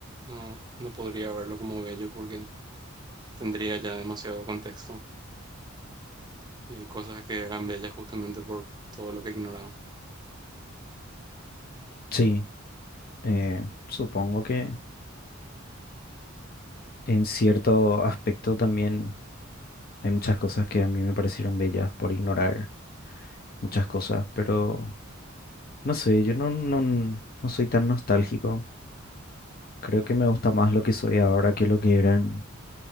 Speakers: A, on the right; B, on the left.
A: no, no podría verlo como bello porque tendría ya demasiado contexto y hay cosas que eran bellas justamente por todo lo que ignoraba.
B: sí, eh, supongo que en cierto aspecto también hay muchas cosas que a mí me parecieron bellas por ignorar muchas cosas, pero no sé, yo no, no, no soy tan nostálgico. Creo que me gusta más lo que soy ahora que lo que era en